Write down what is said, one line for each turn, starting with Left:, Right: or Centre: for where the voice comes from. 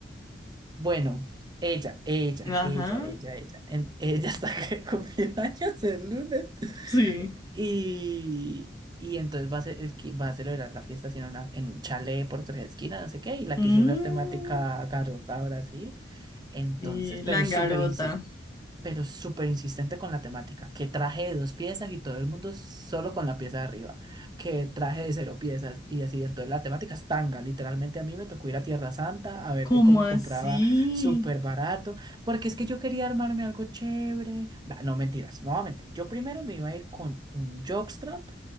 Right: Bueno, ella, ella,
Left: Ajá,
Right: ella, ella, ella. en- ella está <laughs> que cumplió años el lunes.
Left: sí.
Right: Y, y entonces va a, ser, el que va a celebrar la fiesta así en, una, en un chalet por tres esquinas, no sé qué, y la
Left: Mm,
Right: quiso hacer temática Garota Brasil. Entonces,
Left: sí, Langarota.
Right: pero súper pero súper insistente con la temática, que traje de dos piezas y todo el mundo solo con la pieza de arriba, que traje de cero piezas y así, entonces la temática es tanga, literalmente a mí me tocó ir a Tierra Santa a ver
Left: ¿Cómo
Right: qué coño
Left: así?
Right: compraba súper barato, porque es que yo quería armarme algo chévere, Bah, no mentiras, nuevamente, yo primero me iba a ir con un jockstrap